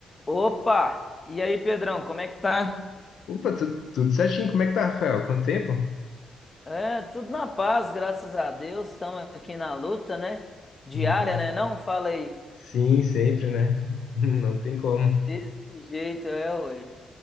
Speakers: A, on the left; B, on the left.
A: Opa! E aí, Pedrão, como é que tá?
B: Opa, tu- tudo certinho. Como é que tá, Rafael? Quanto tempo?
A: É, tudo na paz, graças a Deus. Estamos aqui na luta, né? Diária,
B: Uhum.
A: né? Não fala aí.
B: Sim, sempre, né? <laughs> Não tem como.
A: Desse jeito, é, ué.